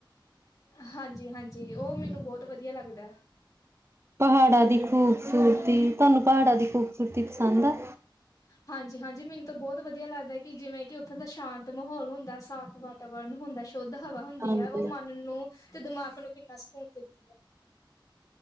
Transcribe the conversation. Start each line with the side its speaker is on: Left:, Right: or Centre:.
Left: ਹਾਂਜੀ ਹਾਂਜੀ ਉਹ ਮੈਨੂੰ ਬਹੁਤ ਵਧੀਆ ਲੱਗਦਾ
Right: ਪਹਾੜਾਂ ਦੀ ਖੂਬਸੂਰਤੀ ਤੁਹਾਨੂੰ ਪਹਾੜਾਂ ਦੀ ਖੂਬਸੂਰਤੀ ਪਸੰਦ ਆ।
Left: ਹਾਂਜੀ ਹਾਂਜੀ ਮੈਨੂੰ ਤਾਂ ਬਹੁਤ ਵਧੀਆ ਲੱਗਦਾ ਕਿ ਜਿਵੇਂ ਕਿ ਉੱਥੇ ਦਾ ਸ਼ਾਂਤ ਮਾਹੌਲ ਹੁੰਦਾ ਸਾਫ਼ ਵਾਤਾਵਰਨ ਹੁੰਦਾ ਸ਼ੁੱਧ ਹਵਾ ਹੁੰਦੀ
Right: ਹਾਂਜੀ
Left: ਹੈ ਉਹ ਮਨ ਨੂੰ ਤੇ ਦਿਮਾਗ ਨੂੰ ਕਿੰਨਾ ਸਕੂਨ ਦਿੰਦੀ ਹੈ